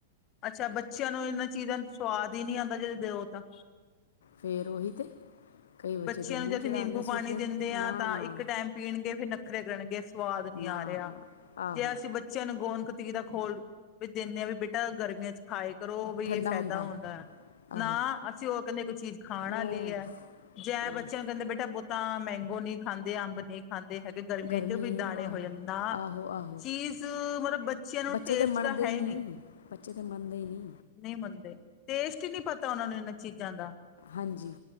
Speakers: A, on the left; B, on the left.
A: ਅੱਛਾ ਬੱਚੇਆਂ ਨੂੰ ਏਨਾਂ ਚੀਜਾਂ ਦਾ ਸਵਾਦ ਈ ਨੀ ਆਂਦਾ, ਜੇ ਦੇਓ ਤਾਂ।
B: ਫੇਰ ਓਹੀ ਤੇ। ਕਈ ਬੱਚੇ
A: ਬੱਚੇਆਂ
B: ਤਾਂ ਮੂੰਹ
A: ਨੂੰ ਜੇ ਅਸੀ
B: ਚੜਾਉਂਦੇ
A: ਨੇਂਬੂ
B: ਸੁੱਟ
A: ਪਾਣੀ
B: ਦਿੰਦੇ
A: ਦੇਂਦੇ ਆਂ
B: ਨਾ
A: ਤਾਂ,
B: ਨਾ
A: ਇੱਕ ਟੈਮ ਪੀਣਗੇ ਫਿਰ ਨਖਰੇ ਕਰਣਗੇ ਸਵਾਦ ਨੀ
B: ਨਾ
A: ਆ ਰੇਆ,
B: ਆਹੋ
A: ਜੇ ਅਸੀ ਬ ਬੱਚੇਆਂ ਨੂੰ ਗੋਂਦਕਤੀਰਾ ਖੋਲ, ਵੀ ਦੇਨੇ ਆਂ ਵੀ ਬੇਟਾ ਗਰਮੀਆਂ ਚ ਖਾਏ ਕਰੋ ਬਈ
B: ਠੰਡਾ
A: ਐ ਫੈਦਾ
B: ਹੁੰਦਾ
A: ਹੁੰਦੈ, ਨਾ
B: ਆਹੋ
A: ਅਸੀ ਓ ਕੈਂਦੇ ਕੋਈ ਚੀਜ ਖਾਣ
B: ਉਹ
A: ਆਲੀ ਐ। ਐ
B: ਉਹ
A: ਬਚੇਆ ਦੇਨੇ ਬੇਟਾ, ਬੋਤਾ ਮੈਂਗੋ ਨੀ ਖਾਂਦੇ ਆੰਬ ਨੀ ਖਾਂਦੇ ਹੈਗੇ ਗਰਮੀਆਂ
B: ਗਰਮੀ
A: ਚ ਵੀ
B: ਹੈ
A: ਦਾਣੇ
B: ਆਹੋ
A: ਹੋ ਜਂਦੇ ਨਾ।
B: ਆਹੋ ਆਹੋ
A: ਚੀਜ਼ ਮਲਬ ਬੱਚੇਆਂ ਨੁੰ
B: ਬੱਚੇ
A: ਟੇਸਟ
B: ਤਾਂ ਮੰਨਦੇ
A: ਦਾ ਹੈ
B: ਹੀ ਨਹੀਂ
A: ਈ ਨੀ।
B: ਬੱਚੇ ਤੇ ਮੰਨਦੇ ਈ ਨੀ।
A: ਨੀ ਮੰਨਦੇ ਟੇਸਟ ਈ ਨੀ ਪਤਾ ਓਨਾਂ ਨੁੰ ਏਨਾ ਚੀਜਾਂ ਦਾ।
B: ਹਂਜੀ,